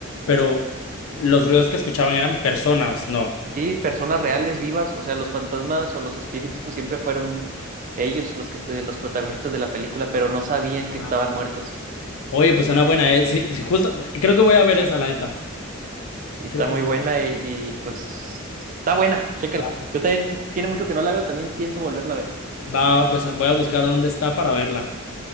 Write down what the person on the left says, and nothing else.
pero los ruidos que escuchaban eran personas, no.
Ah.
Oye, pues suena buena, eh. Sí, justo, creo que voy a ver esa, la neta.
Creo
que
sí.
Va,
va, pues voy a buscar dónde está para verla.